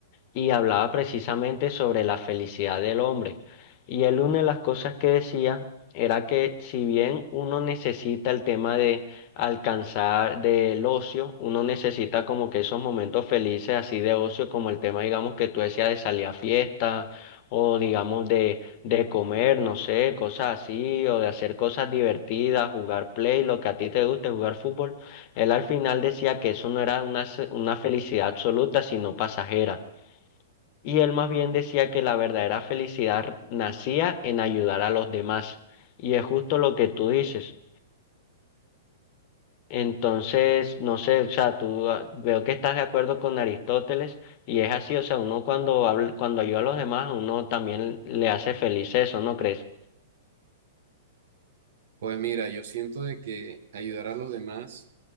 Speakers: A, on the left; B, on the right.
A: y hablaba precisamente sobre la felicidad del hombre. Y él una de las cosas que decía era que si bien uno necesita el tema de alcanzar del ocio, uno necesita como que esos momentos felices así de ocio, como el tema, digamos, que tú decías de salir a fiesta o digamos de, de comer, no sé, cosas así, o de hacer cosas divertidas, jugar play, lo que a ti te guste, jugar fútbol. Él al final decía que eso no era una, se- una felicidad absoluta, sino pasajera y él más bien decía que la verdadera felicidad nacía en ayudar a los demás. Y es justo lo que tú dices. Entonces, no sé, o sea, tú ah, veo que estás de acuerdo con Aristóteles y es así, o sea, uno cuando habla- cuando ayuda a los demás, a uno también le hace feliz eso, ¿no crees?
B: Pues mira, yo siento de que ayudar a los demás